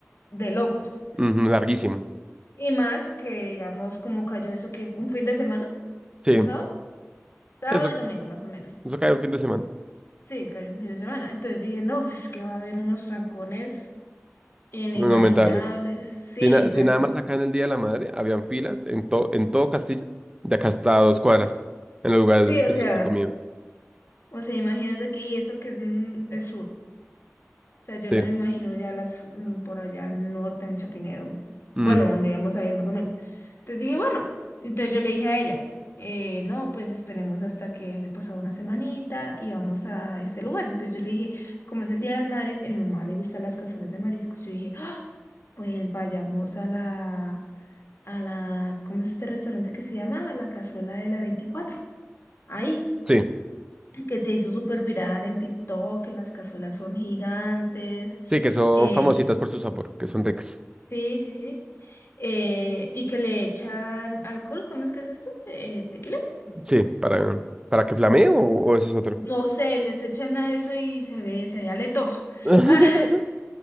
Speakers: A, on the left (about 55°); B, on the right (about 20°).
A: de locos.
B: ujú, larguísimo.
A: Y más que, digamos, como cayó eso que un fin de semana,
B: Sí,
A: un sábado, sábado
B: eso,
A: y domingo más o menos.
B: eso cae un fin de semana.
A: Sí, cayó un fin de semana. Entonces dije, no, pues que va a haber unos trancones inimaginables.
B: Monumentales.
A: Sí,
B: Si, na-
A: entonces,
B: si nada más acá en el Día de la Madre, habían filas en, to- en todo Castilla, de acá hasta dos cuadras, en los lugares
A: sí,
B: especiales
A: o sea,
B: de comida.
A: o sea, imagínate que y esto que es, un- es sur. O sea, yo
B: Sí.
A: no me imagino ya las mm, por allá en el norte, en Chapinero.
B: Ujú.
A: Bueno, donde íbamos a ir más o menos. Entonces dije, bueno, entonces yo le dije a ella, eh, no, pues esperemos hasta que haya pasado una semanita y vamos a este lugar. Entonces yo le dije, como es el Día de las Madres y a mi mamá le gustan las cazuelas de mariscos, yo dije, "Ah, pues vayamos a la, a la, ¿cómo es este restaurante que se llama? La Cazuela de la veinticuatro Ahí
B: Sí,
A: que se hizo súper viral en TikTok, que las cazuelas son gigantes.
B: sí, que son
A: eh,
B: famositas por su sabor, que son ricas.
A: sí, sí, sí. eh, y que le echan alcohol, ¿cómo es que es esto? Eh, ¿tequila?
B: Sí, para, para que flamee o, o ese es otro.
A: No sé, les echan a eso y se ve, se ve aletoso.
B: <laughs>
A: <laughs>